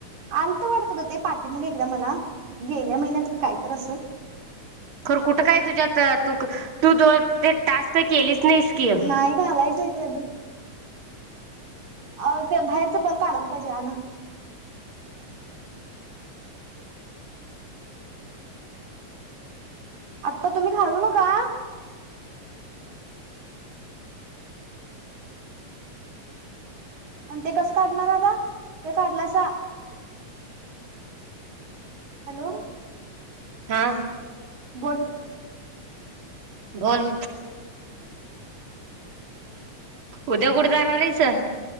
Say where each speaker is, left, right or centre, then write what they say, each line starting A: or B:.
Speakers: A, on the right; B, on the right.
A: आल तर वाटत ग ते पाठी मग एकदा मला गेल्या महिन्यात का काय तर असं
B: खर कुठं काय तुझ्यात तू तू दो ते टास्क केलीच नाही की
A: नाही घालायचंय ते अजून अ ते बाहेरच बल् काढायला पाहिजे आणा आता तुम्ही घालू नका आणि ते कस काढणार आता ते काढलासा हॅलो
B: हा
A: बोल
B: बोल उद्या कुठे जाणारेस